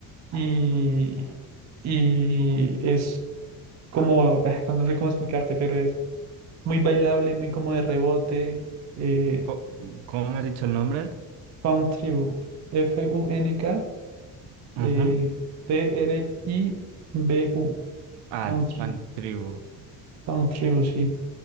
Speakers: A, on the right; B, on the right.
A: y, y es como, eh, no sé cómo explicarte, pero es muy bailable, muy como de rebote, eh,
B: Co- ¿Cómo me has dicho el nombre?
A: funk tribu, F-U-N-K,
B: Ujú.
A: eh, T-R-I-B-U,
B: Ah,
A: funk tribu,
B: Funk Tribu.
A: funk tribu, sí.